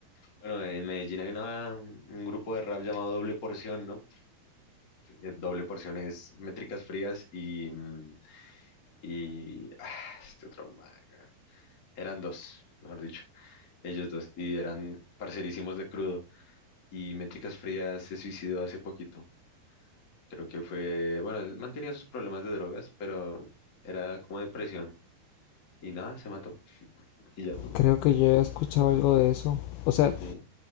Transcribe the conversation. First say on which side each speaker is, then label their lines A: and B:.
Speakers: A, on the left; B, on the left.
A: Bueno, en Medellín hay una- un un grupo de rap llamado Doble Porción, ¿no? Eh, Doble Porción es métricas frías y, mm, y ah, este otro man, weón. eran dos, mejor dicho, ellos dos, y eran parcerísimos de crudo. Y métricas frías se suicidó hace poquito. Creo que fue, bueno, él mantenía sus problemas de drogas, pero era como depresión. Y nada, se mató. Y ya,
B: Creo que yo he escuchado algo de eso. O sea,
A: sí.